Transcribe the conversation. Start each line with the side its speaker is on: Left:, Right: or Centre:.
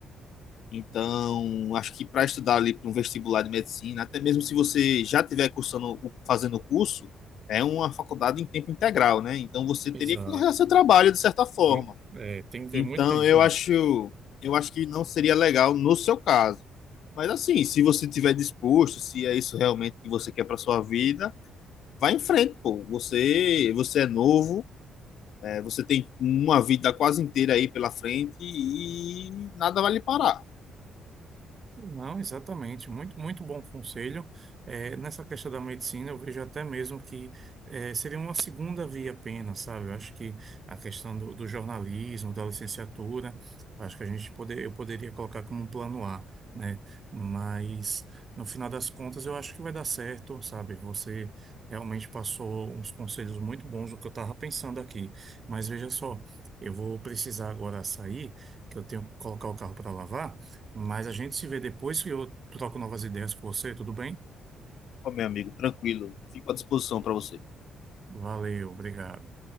Left: então, acho que para estudar ali para um vestibular de medicina, até mesmo se você já tiver cursando, o- fazendo o curso, é uma faculdade em tempo integral, né? Então você teria
Right: Exato.
Left: que largar seu trabalho de certa forma.
Right: Tem- É, tem que ter
Left: Então,
Right: muito tempo
Left: eu acho,
Right: mesmo.
Left: eu acho que não seria legal no seu caso. Mas assim, se você tiver disposto, se é isso realmente que você quer para sua vida, vá em frente, pô. Você, você é novo, é, você tem uma vida quase inteira aí pela frente e nada vai lhe parar.
Right: Não, exatamente. Muito, muito bom conselho. É, nessa questão da medicina, eu vejo até mesmo que é, seria uma segunda via apenas, sabe? Eu acho que a questão do, do jornalismo, da licenciatura, acho que a gente poder, eu poderia colocar como um plano A, né? Mas, no final das contas, eu acho que vai dar certo, sabe? Você realmente passou uns conselhos muito bons do que eu estava pensando aqui. Mas veja só, eu vou precisar agora sair, que eu tenho que colocar o carro para lavar. Mas a gente se vê depois que eu troco novas ideias com você, tudo bem?
Left: Ô, meu amigo, tranquilo. Fico à disposição para você.
Right: Valeu, obrigado.